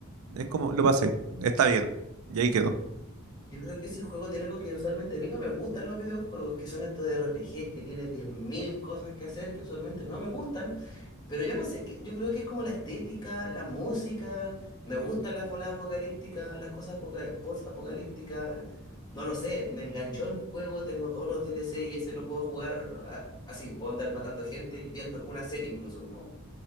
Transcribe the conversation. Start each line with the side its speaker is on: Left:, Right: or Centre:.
Right: Es como, lo pasé, está bien, y ahí quedó.
Left: Yo creo que ese juego tiene algo que usualmente a mí no me gustan los videojuegos, que son estos RPGs que tienes 10.000 cosas que hacer que usualmente no me gustan, pero yo no sé, que- yo creo que es como la estética, la música, me gustan las voladas apocalípticas, las cosas apoca- post-apocalípticas, no lo sé, me enganchó el juego, tengo todos los DLC y ese lo puedo jugar a- así, puedo andar matando gente y viendo alguna serie incluso, como